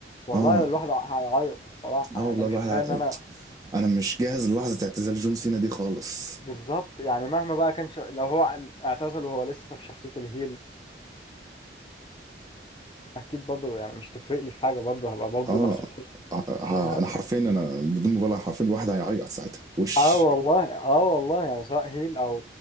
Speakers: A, on the left; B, on the right.
A: والله
B: اه
A: الواحد هيعيط الصراحه
B: اه
A: يعني
B: والله
A: انا مش
B: الواحد
A: متخيل
B: ع...
A: ان انا
B: انا مش جاهز للحظه اعتزال جون سينا دي خالص
A: بالظبط يعني مهما بقى كان ش... لو هو اعتزل وهو لسه في شخصيه الهيل اكيد برضو يعني مش تفرق لي في حاجه برضو هبقى برضو
B: اه
A: نفس الحسن
B: آه، آه،
A: يعني
B: انا حرفيا انا بدون مبالغه حرفيا الواحد هيعيط ساعتها وش
A: اه والله اه والله يعني سواء هيل او